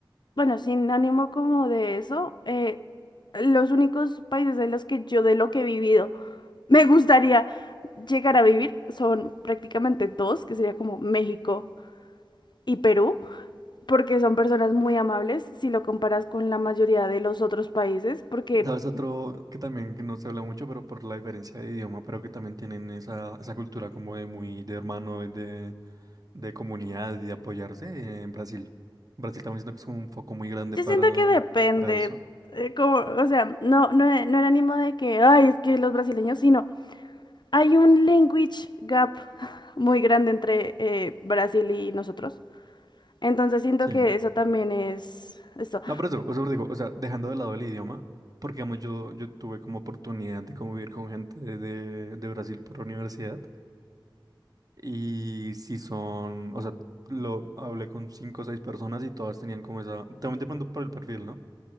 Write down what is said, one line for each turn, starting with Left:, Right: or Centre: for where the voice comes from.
Left: Bueno, sin ánimo como de eso, eh, los únicos países en los que yo de lo que he vivido <laughs> me gustaría llegar a vivir son prácticamente dos, que sería como México y Perú, porque son personas muy amables si lo comparas con la mayoría de los otros países, porque
Right: ¿Sabes otro que también que no se habla mucho, pero por la diferencia de idioma, pero que también tienen esa, esa cultura como de muy de hermano, de, de comunidad y de apoyarse en Brasil? Brasil también siento que es un foco muy grande
Left: yo
Right: para,
Left: siento que depende,
Right: para eso.
Left: eh, como, o sea, no, no, e- no era ánimo de que, ay, es que los brasileños, sino hay un language gap muy grande entre eh, Brasil y nosotros. Entonces siento
Right: Sí.
Left: que eso también es esto.
Right: No, pero eso, o sea, os digo, o sea, dejando de lado el idioma, porque digamos, yo, yo tuve como oportunidad de convivir con gente de, de Brasil por la universidad y si son, o sea, lo hablé con cinco o seis personas y todas tenían como esa, también depende por el perfil, ¿no?